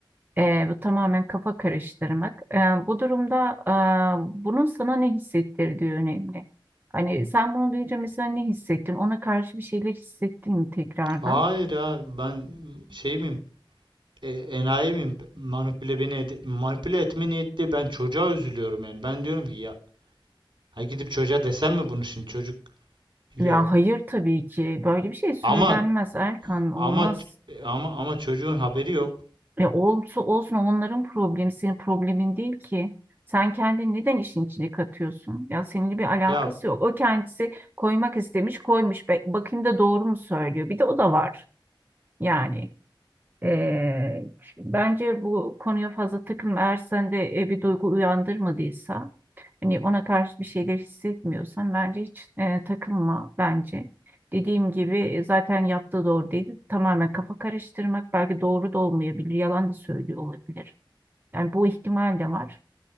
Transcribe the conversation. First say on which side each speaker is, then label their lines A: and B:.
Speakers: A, on the right (about 25°); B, on the right (about 65°).
A: Ee, bu tamamen kafa karıştırmak. Ee, bu durumda e, bunun sana ne hissettirdiği önemli. Hani sen bunu duyunca mesela ne hissettin? Ona karşı bir şeyler hissettin mi tekrardan?
B: Hayır ya ben şey miyim? E, enayi miyim? Manipüle beni ede- manipüle etme niyetli ben çocuğa üzülüyorum yani. Ben diyorum ki ya ha gidip çocuğa desem mi bunu şimdi çocuk ya
A: Ya hayır tabii ki. Böyle bir şey söylenmez
B: ama
A: Erkan. Olmaz.
B: ama ç- ama ama çocuğun haberi yok.
A: E olsun olsun onların problemi senin problemin değil ki. Sen kendini neden işin içine katıyorsun? Ya seninle bir alakası
B: Ya
A: yok. O kendisi koymak istemiş, koymuş. Be- Bakayım da doğru mu söylüyor? Bir de o da var yani. Ee, bence bu konuya fazla takılma. Eğer sende e, bir duygu uyandırmadıysa, hani ona karşı bir şeyler hissetmiyorsan bence hiç e, takılma bence. Dediğim gibi e, zaten yaptığı doğru değil. Tamamen kafa karıştırmak belki doğru da olmayabilir, yalan da söylüyor olabilir. Yani bu ihtimal de var.